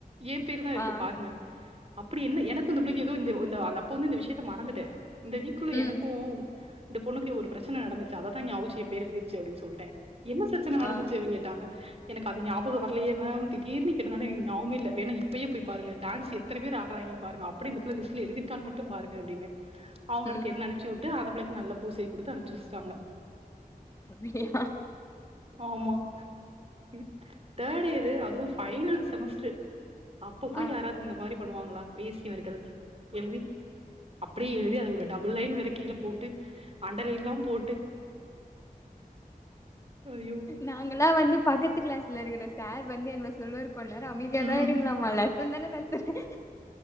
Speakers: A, on the right; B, on the left.
A: ஏ பேரு தா இருக்கு
B: ஆ
A: பாருங்க அப்டி என்ன எனக்கு இந்த பிள்ளைக்கு ஏதோ இந்த அப்ப வந்து இந்த விஷயத்த மறந்துட்டே இந்த வீக்குல
B: ம்
A: எனக்கு இந்த பொண்ணுக்கு ஒரு பிரச்சன நடந்துச்சி அததா ஞாபகம் வச்சி எ பேரு எழுதி வச்சிருக்கு அப்டின்னு சொல்லிட்டே என்ன பிரச்சின நடந்துச்சு
B: ஆ
A: அப்டினு கேட்டாங்க எனக்கு அது ஞாபக வரலையே மேம் தீடீர்னு கேட்டனால எனக்கு ஞாபக இல்ல வேனா இப்பயே போய் பாருங்க டான்ஸ்சு இத்தனை பேர் ஆடுறாய்ங்கன் பாருங்க அப்டி இந்தப்பிள்ள லலிஸ்ட்ல எழுதிருக்கான்னு மட்ட பாருங்க அப்டின்னே அவுங்கடுத்து
B: ம்
A: என்ன அனுப்ச்சு வுட்டு அந்த புள்ளைக்கு நல்லா பூசைய குடுத்து அனுப்புச்சு வச்சிட்டாங்க
B: அப்டியா
A: ஆமா இ தேர்ட் இயரு அதுவு ஃபைனல் செமஸ்ட்ரு அப்ப போய்
B: ஆ
A: யாராவது இந்த மாரி பண்ணுவாங்களா பேசியவர்கள் எழுதி அப்டியே எழுதி அது ஒரு டபுள் லைன் வேற கீழ போட்டு அண்டர் லைன் ல்லா போட்டு ஐயோ!
B: நாங்களா வந்து பக்கத்து கிளாஸ்ல இருக்கிற சார் வந்து எங்கள சொல்லுவாரு கொஞ்சோ நேரோ அமைதியா
A: ம்.
B: தா இருங்களேமா லெஸ் லெசன் தான நடத்துறே